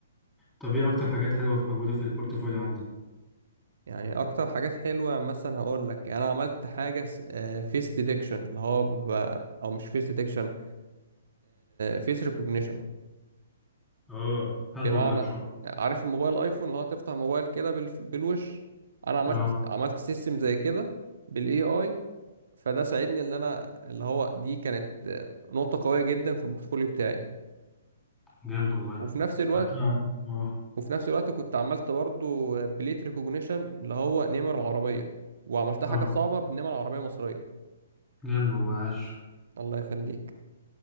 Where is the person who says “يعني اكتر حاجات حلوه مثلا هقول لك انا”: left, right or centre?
Right